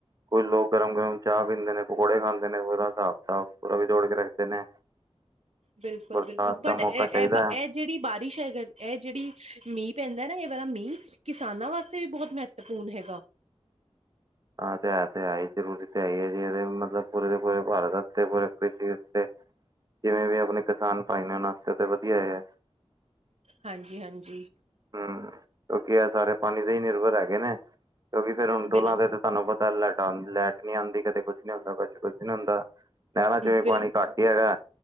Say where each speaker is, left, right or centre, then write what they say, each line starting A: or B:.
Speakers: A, on the right (about 35°); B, on the right (about 85°).
A: ਕੁਝ ਲੋਕ ਗਰਮ ਗਰਮ ਚਾਹ ਪੀਂਦੇ ਨੇ ਪਕੌੜੇ ਖਾਂਦੇ ਨੇ ਪੂਰਾ ਸਾਬ ਕਤਾਬ ਪੂਰਾ ਵੀ ਜੋੜ ਕੇ ਰੱਖਦੇ ਨੇ,
B: ਬਿਲਕੁਲ
A: ਬਰਸਾਤ
B: ਬਿਲਕੁਲ ਬਟ
A: ਦਾ
B: ਏ
A: ਮੌਕਾ ਚਾਹੀਦਾ
B: ਏ
A: ਹੈ
B: ਏ ਜਿਹੜੀ ਬਾਰਿਸ਼ ਐ ਏ ਜਿਹੜੀ ਮੀਂਹ ਪੈਂਦਾ ਨਾ ਏ ਵਾਲਾ ਮੀਂਹ ਕਿਸਾਨਾਂ ਵਾਸਤੇ ਵੀ ਬਹੁਤ ਮਹੱਤਵਪੂਰਨ ਹੈਗਾ।
A: ਹਾਂ ਤੇ ਤੇ ਹੈਈ ਜ਼ਰੂਰੀ ਤੇ ਹੈਈ ਐ ਜੀ ਮਤਲਬ ਪੂਰੇ ਤੇ ਪੂਰੇ ਭਾਰਤ ਵਾਸਤੇ ਪੂਰੇ ਪ੍ਰਕਿਤੀ ਵਾਸਤੇ। ਜਿਵੇਂ ਵੀ ਆਪਣੇ ਕਿਸਾਨ ਭਾਈਆਂ ਵਾਸਤੇ ਤਾਂ ਵਧੀਆ <unintelligible>
B: ਹਾਂਜੀ ਹਾਂਜੀ,
A: ਹੂੰ, ਕਿਉਂਕਿ ਏ ਸਾਰੇ ਪਾਣੀ ਤੇ ਹੀ ਨਿਰਭਰ ਹੈਗੇ ਨੇ ਕਿਉਂਕਿ ਫਿਰ ਹੁਣ
B: ਬਿਲ
A: ਟੋਲਾਂ ਤੇ- ਤੁਹਾਨੂੰ ਪਤਾ ਲੈਟਾ ਲੈਟ ਨੀ ਆਂਦੀ ਕਦੇ ਕੁਛ ਨੀ ਹੁੰਦਾ ਕਦੇ ਕੁਛ ਨੀ ਹੁੰਦਾ ਨਹਿਰਾਂ ਚ ਵੀ
B: ਬਿਲ
A: ਪਾਣੀ ਘੱਟ ਈ ਹੈਗਾ।